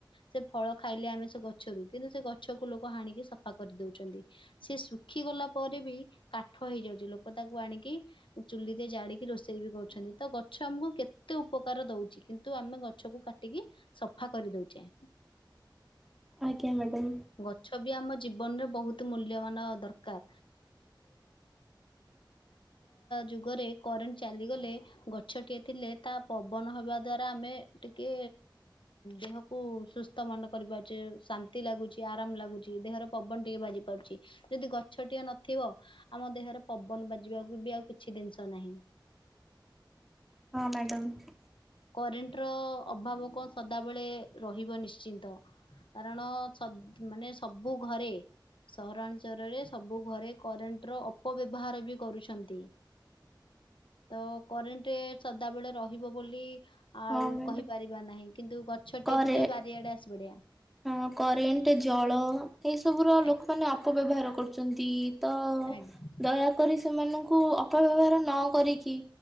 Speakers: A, on the left; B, in the centre.
A: ସେ ଫଳ ଖାଇଲେ ଆମେ ସେ ଗଛରୁ କିନ୍ତୁ ସେ ଗଛକୁ ଲୋକ ହାଣିକି ସଫା କରିଦଉଛନ୍ତି ସେ ଶୁଖି ଶୁଖି ଗଲା ପରେ ବି କାଠ ହେଇଯାଉଛି ଲୋକ ତାକୁ ଆଣିକି ଚୁଲିରେ ଜାଡିକି ରୋଷେଇ ବି କରୁଛନ୍ତି। ତ ଗଛ ଆମକୁ କେତେ ଉପକାର ଦଉଚି, କିନ୍ତୁ ଆମେ ଗଛକୁ କାଟିକୀ ସଫା କରିଦଉଚେ।
B: ଆଜ୍ଞା ମ୍ୟାଡାମ
A: ଗଛବି ଆମ ଜୀବନରେ ବହୁତ ମୂଲ୍ୟବାନ ଦରକାର। ଯୁଗରେ କରେଣ୍ଟ ଚାଲିଗଲେ ଗଛ ଟିଏ ଥିଲେ ତା ପବନ ହେବା ଦ୍ୱାରା ଆମେ ଟିକେ ଦେହକୁ ସୁସ୍ଥ ମନେ କରି ପାରୁଚେ ଶାନ୍ତି ଲାଗୁଛି। ଆରାମ ଲାଗୁଚି, ଦେହର ପବନ ଟିକେ ବାଜି ପାରୁଚି। ଯଦି ଗଛ ଟିଏ ନଥିବ, ଆମ ଦେହରେ ପବନ ବାଜିବାକୁ ବି ଆଉ କିଛି ଜିନିଷ ନାହିଁ।
B: ହଁ ମ୍ୟାଡ଼ାମ।
A: କରେଣ୍ଟର ଅଭାବ କଣ ସଦାବେଳେ ରହିବ ନିଶ୍ଚିନ୍ତ କାରଣ ସ ମାନେ ସବୁ ଘରେ ସହରାଞ୍ଚଳରେ ସବୁ ଘରେ କରେଣ୍ଟର ଅପବ୍ୟବାହାର ବି କରୁଛନ୍ତି। ତ କରେଣ୍ଟ ସଦାବେଳେ ରହିବ ବୋଲି ଆଉ
B: ହଁ ମ୍ୟାଡାମ
A: କହିପାରିବା ନାହିଁ, କିନ୍ତୁ ଗଛ
B: କରେ
A: ଟିଏ ଥିଲେ ବାରିଆଡେ ଆସିପଡ଼ିବା।
B: ହଁ କରେଣ୍ଟ ଜଳ ଏସବୁର
A: ଆଜ୍ଞା
B: ଲୋକମାନେ ଅପବ୍ୟବହାର କରୁଛନ୍ତି। ତ
A: ଆଜ୍ଞା
B: ଦୟାକରି ସେମାନଙ୍କ କୁ ଅପବ୍ୟବହାର ନ କରିକି